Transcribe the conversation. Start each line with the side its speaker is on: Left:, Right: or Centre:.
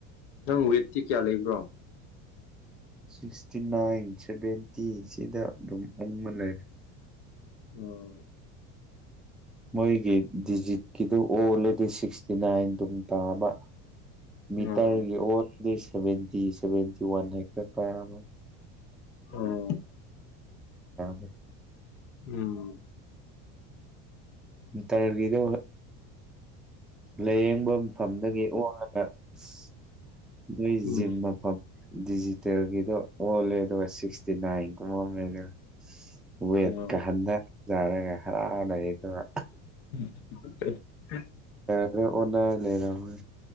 Left: ꯅꯪ ꯋꯦꯠꯇꯤ ꯀꯌꯥ ꯂꯩꯕ꯭ꯔꯣ
Centre: ꯁꯤꯛꯁꯇꯤ ꯅꯥꯏꯟ ꯁꯚꯦꯟꯇꯤ ꯁꯤꯗ ꯑꯗꯨꯝ ꯎꯪꯉ ꯂꯩꯔꯦ
Left: ꯎꯝ
Centre: ꯃꯣꯏꯒꯤ ꯗꯤꯖꯤꯠꯀꯤꯗꯨ ꯑꯣꯜꯂꯗꯤ ꯁꯤꯛꯁꯇꯤ ꯅꯥꯏꯟ ꯑꯗꯨꯝ ꯇꯥꯕ ꯃꯤꯇ꯭ꯔꯒꯤ
Left: ꯑꯣ
Centre: ꯑꯣꯟꯕꯗꯤ ꯁꯚꯦꯟꯇꯤ ꯁꯚꯦꯟꯇꯤ ꯋꯥꯟ ꯍꯦꯛꯇ ꯇꯥꯔꯝꯃꯦ
Left: ꯑꯣ
Centre: <unintelligible>
Left: ꯎꯝ
Centre: ꯃꯤꯇ꯭ꯔꯒꯤꯗꯣ ꯂꯥꯏꯌꯦꯡꯕ ꯃꯐꯝꯗꯒꯤ ꯑꯣ ꯇ ꯑꯁ ꯅꯣꯏꯖꯤꯝ
Left: ꯎꯝ
Centre: ꯃꯐꯝ ꯗꯤꯖꯤꯇꯦꯜꯒꯤꯗꯣ ꯑꯣꯜꯂꯦ ꯑꯗꯨꯒ ꯁꯤꯛꯁꯇꯤ ꯅꯥꯏꯟꯒꯨꯝꯕ ꯑꯃ <unintelligible> ꯋꯦꯠꯀ
Left: ꯑꯣ
Centre: ꯍꯟꯊꯖꯥꯔꯒ ꯍꯔꯥꯎꯔ ꯂꯩ ꯑꯗꯨꯒ
Left: <inaudible>
Centre: ꯂꯣꯏ ꯑꯣꯟꯅ ꯂꯩꯔꯝꯔꯦ